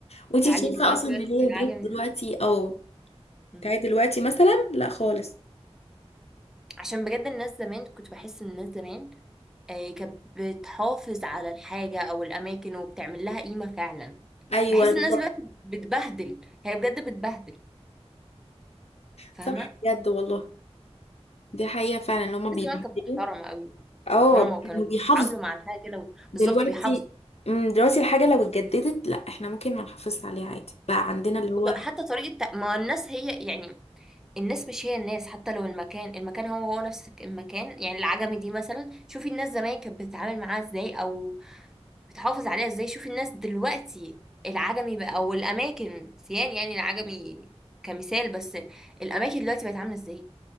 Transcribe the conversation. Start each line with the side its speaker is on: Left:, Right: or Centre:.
Left: وانتي
Centre: تعالي
Left: شايفة
Centre: دلوقتي
Left: اصلا
Centre: بقى
Left: ان اللي
Centre: شوفي
Left: هي
Centre: العجمة
Left: البيوت دلوقتي
Centre: دي
Left: اه
Centre: مم.
Left: بتاعت دلوقتي مثلا لا خالص
Centre: عشان بجد الناس زمان كنت بحس ان الناس زمان آه، كانت بتحافظ على الحاجة او الاماكن وبتعمل لها قيمة فعلا
Left: ايوه
Centre: بحس الناس
Left: بالظبط
Centre: دلوقتي بتبهدل هي بجد بتبهدل فاهمة
Left: صح بجد والله دي حقيقة فعلا اللي هما بيبهدلوا
Centre: الناس زمان كانت محترمة قوي
Left: اه
Centre: محترمة
Left: كانوا
Centre: وكانوا بيتعاملوا
Left: بيحافظوا
Centre: مع الحاجة كده
Left: دلوقتي
Centre: بالظبط بيحافظوا
Left: مم، دلوقتي الحاجة لو اتجددت لا احنا ممكن ما نحافظش عليها عادي بقى عندنا اللي هو
Centre: وط- حتى طريقة تق- ما الناس هي يعني الناس مش هي الناس حتى لو المكان المكان هو هو نفس المكان يعني العجمي دي مثلا شوفي الناس زمان كانت بتتعامل معاها ازاي او بتحافظ عليها ازاي شوف الناس دلوقتي العجمي بقى او الاماكن سيان يعني العجمي كمثال بس الاماكن دلوقتي بقت عامله ازاي